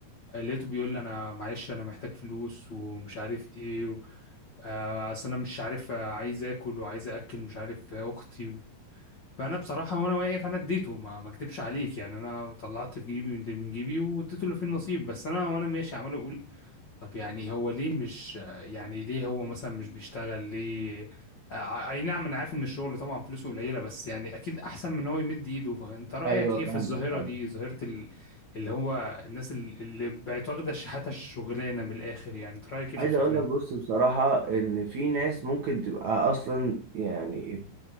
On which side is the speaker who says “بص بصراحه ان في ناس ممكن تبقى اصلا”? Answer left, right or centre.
Right